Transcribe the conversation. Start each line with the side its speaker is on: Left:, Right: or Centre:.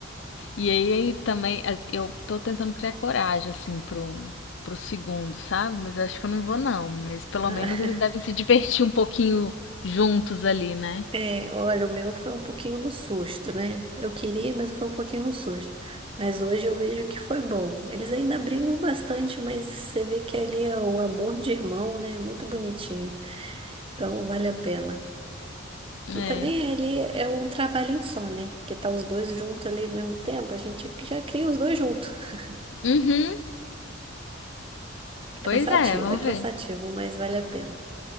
Left: E aí também as- eu tô tentando criar coragem assim pro pro segundo, sabe? Mas eu acho que eu não vou não, mas pelo
Right: Ah,
Left: menos eles devem se <laughs> divertir um pouquinho juntos ali, né?
Right: É, olha, o meu foi um pouquinho no susto, né? Eu queria, mas foi um pouquinho no susto. Mas hoje eu vejo que foi bom. Eles ainda brigam bastante, mas você vê que ali é o amor de irmão, né? É Muito bonitinho. Então vale a pena.
Left: É.
Right: E também ali é um trabalhinho só, né? Porque tá os dois juntos ali ao mesmo tempo, a gente já cria os dois juntos. <laughs>
Left: Uhum. Pois
Right: Cansativo,
Left: é, vamos
Right: é cansativo,
Left: ver.
Right: mas vale a pena.